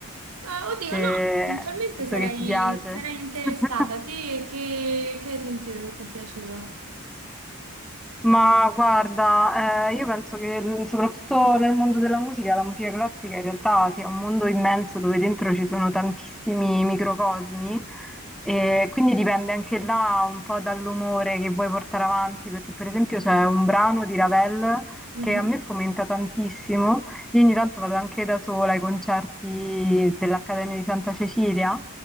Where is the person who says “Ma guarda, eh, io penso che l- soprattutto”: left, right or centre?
Centre